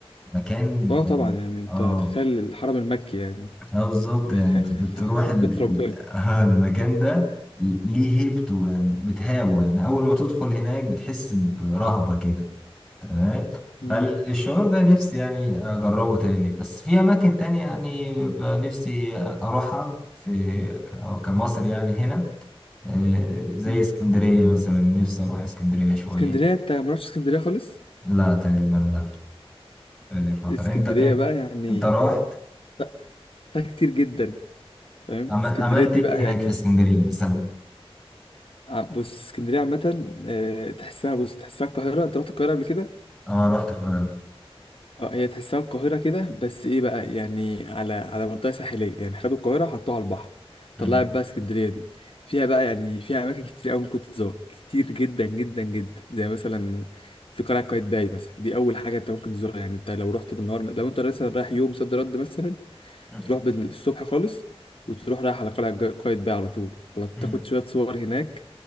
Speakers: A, in the centre; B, on the left (about 60°).
A: مكان
B: اه طبعا يعني انت
A: آه
B: تخيل الحرم المكي يعني
A: آه بالظبط
B: <laughs> بيت
A: يعني بتروح ال...
B: بيت
A: ال-
B: ربنا
A: آه المكان ده ليه هيبته يعني بتهابه يعني أول ما تدخل هناك بتحس برهبة كده تمام
B: مم.
A: فالشعور ده نفسي يعني أجربه تاني بس في أماكن تانية يعني بيبقى نفسي أروحها في ك- كمصر يعني هنا آه، زي
B: مم.
A: اسكندرية مثلا نفسي أروح اسكندرية شوية
B: اسكندرية انت ما رحتش اسكندرية خالص
A: لا تقريبا لا بقالي فترة
B: اسكندرية
A: أنت أنت
B: بقى يعني
A: أنت روحت
B: لا، فيها كتير جدا فاهم
A: عم-
B: اسكندرية
A: عملت
B: دي
A: إيه
B: بقى
A: هناك
B: يعني
A: في اسكندرية مثلا؟
B: ع- بص اسكندرية عامة آه، تحسها بص تحسها القاهرة انت رحت القاهرة قبل كده
A: أه رحت القاهرة
B: اه هي تحسها القاهرة كده بس ايه بقى يعني على على منطقة ساحلية يعني خدوا القاهرة حطوها على البحر
A: أمم.
B: طلعت بقى اسكندرية دي فيها بقى يعني فيها أماكن كتير أوي ممكن تتزور كتير جدا جدا جدا زي مثلا في قلعة قايتباي مثلا دي أول حاجة أنت ممكن تزورها يعني أنت لو رحت بالنهار لو أنت مثلا رايح يوم صد رد مثلا
A: أمم.
B: تروح بال- الصبح خالص وتروح رايح على قلعة جا- قايتباي على طول على
A: أمم.
B: تاخد شوية صور هناك